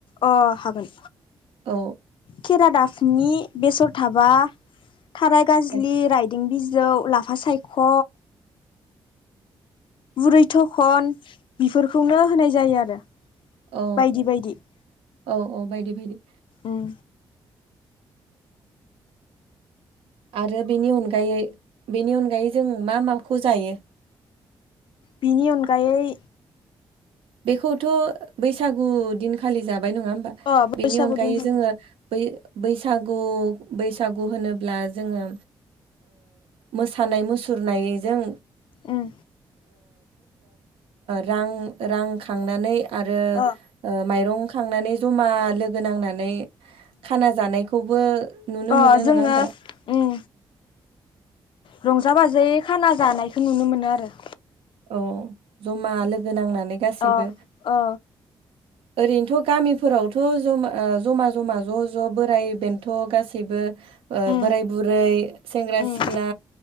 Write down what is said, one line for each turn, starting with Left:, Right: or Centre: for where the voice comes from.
Left: अ हागोन
Right: औ
Left: केरादाफिनि बेसर थाबा थाराय गाजलि
Right: औ
Left: राइद बारदिं बिजौ लाफा सायख' बुरै थखन बेफोरखौनो होनाय जायो आरो
Right: औ
Left: बायदि बायदि ।
Right: औ- औ बायदि बायदि
Left: उम
Right: आरो बेनि अनगायै बेनि अनगायै जों मा माखौ जायो ।
Left: बेनि अनगायै
Right: बेखौथ' बैसागु दिनखालि जाबाय नंङा होमबा
Left: अ बैसागु
Right: बेनि अनगायै
Left: दिनखालि
Right: जोंङो ब बैसागु बैसागु होनोब्ला जोंङो मोसानाय मुसुरनायजों
Left: उम
Right: रां रां खांनानै आरो
Left: अ
Right: माइरं खांनानै जमा लोगो नांनानै खाना जानायखौबो नुनो
Left: अ
Right: मोनो
Left: जोङो
Right: नंङा होमबा
Left: उम रंजा - बाजाय खाना जानायखौ नुनो मोनो आरो
Right: ओ जमा लोगो नांनानै गासिबो
Left: अ अ
Right: ओरैनोथ' गामिफोरावथ' जमा जमा जमा ज' ज' बोराइ बेन्थ' गासैबो
Left: उम
Right: बोराय बुरै सेंग्रा
Left: उम
Right: सिख्ला